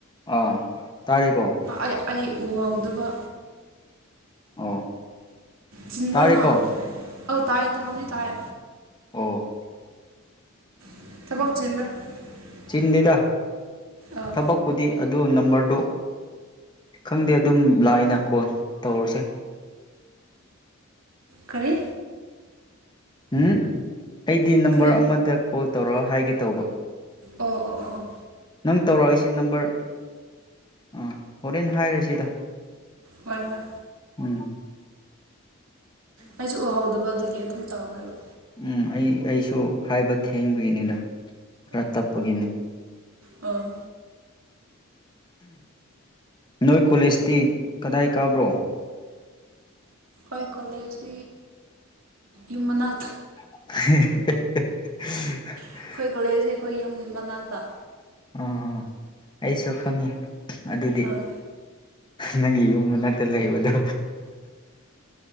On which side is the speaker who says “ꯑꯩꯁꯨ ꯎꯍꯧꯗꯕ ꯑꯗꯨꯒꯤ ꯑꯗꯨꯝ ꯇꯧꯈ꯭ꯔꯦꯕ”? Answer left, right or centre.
Right